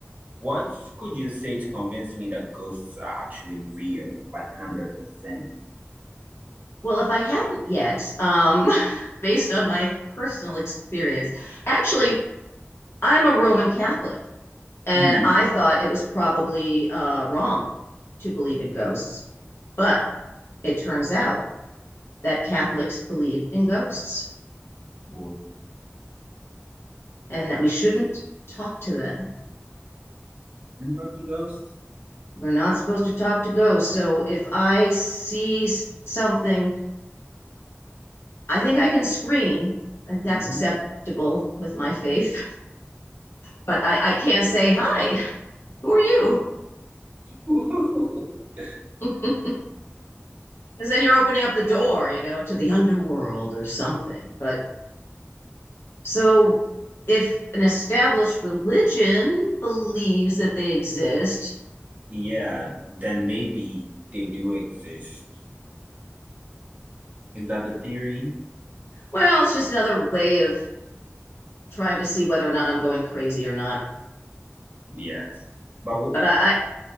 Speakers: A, on the right (about 30°); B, on the left (about 60°).
A: What could you say to convince me that ghosts are actually real, like 100%?
B: Well, if I haven't yet, um, <laughs> based on my personal experience, actually, I'm a Roman Catholic. And
A: Mm.
B: I thought it was probably uh, wrong to believe in ghosts. But it turns out that Catholics believe in ghosts
A: Well,
B: and that we shouldn't talk to them.
A: Can you talk to ghosts?
B: We're not supposed to talk to ghosts. So if I see something, I think I can scream, and that's
A: Mhm.
B: acceptable with my faith, but I, I can't say, Hi, who are you?
A: <laughs>
B: <laughs> Because then you're opening up the door, you know, to the underworld or something. But So if an established religion believes that they exist,
A: Yeah, then maybe they do exist. Is that the theory?
B: well, it's just another way of trying to see whether or not I'm going crazy or not.
A: Yes. But w
B: But I, I